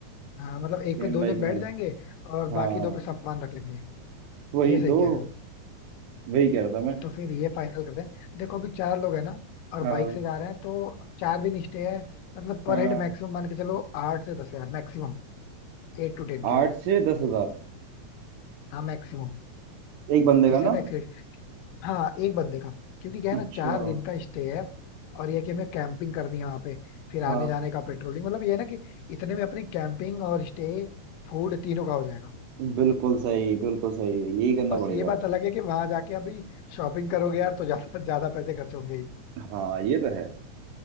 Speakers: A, on the left; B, on the right.
A: हाँ मतलब एक
B: तीन
A: पे दो
B: बाइक
A: जन बैठ
B: में
A: जाएंगे और
B: हाँ
A: बाकी दो पे सामान रख लेंगे
B: वही
A: ये सही
B: तो
A: कह रहे हो
B: वही कह रहा था मैं
A: तो फिर ये फाइनल करते हैं देखो अभी चार लोग हैं ना और
B: हाँ
A: बाइक से जा रहे हैं तो चार दिन स्टे है मतलब पर
B: हाँ
A: हेड मैक्सिमम मान के चलो आठ से दस हजार मैक्सिमम एट टू टेन
B: आठ
A: के
B: से दस हजार
A: हाँ मैक्सिमम
B: एक बंदे
A: इससे
B: का ना
A: ज्यादा हाँ एक बंदे का क्योंकि क्या है
B: अच्छा
A: ना चार दिन का स्टे है और ये कि हमें कैंपिंग करनी है वहां पे फिर आने
B: हाँ
A: जाने का पेट्रोलिंग मतलब ये है ना कि इतने में अपनी कैंपिंग और स्टे फूड तीनों का हो जाएगा
B: बिल्कुल सही बिल्कुल सही यही करना
A: बस
B: पड़ेगा
A: ये बात अलग है कि वहां जाके अभी शॉपिंग करोगे यार तो ज्यादा ज्यादा पैसे खर्च होंगे ही
B: हाँ ये तो है